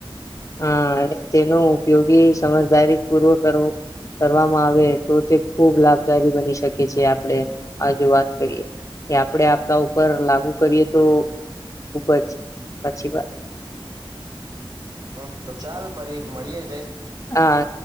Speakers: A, on the left; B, on the right.
A: હા અને તેનો ઉપયોગી સમજદારી પૂર્વક કર કરવામાં આવે તો તે ખૂબ લાભદાયી બની શકે છે. આપડે આ જ વાત કરીએ કે આપડે આપડા ઉપર લાગુ કરીએ તો ખુબ જ સાચી વાત.
B: હમ તો ચાલ ફરી મળીએે.
A: હા